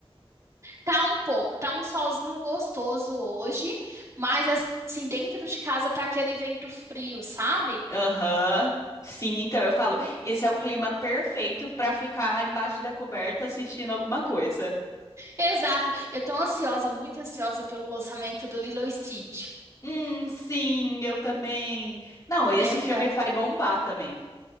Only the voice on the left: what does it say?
Aham. Sim, então eu falo, esse é o clima perfeito pra ficar embaixo da coberta assistindo alguma coisa.
Hum, sim, eu também. Não, esse
filme
vai bombar também.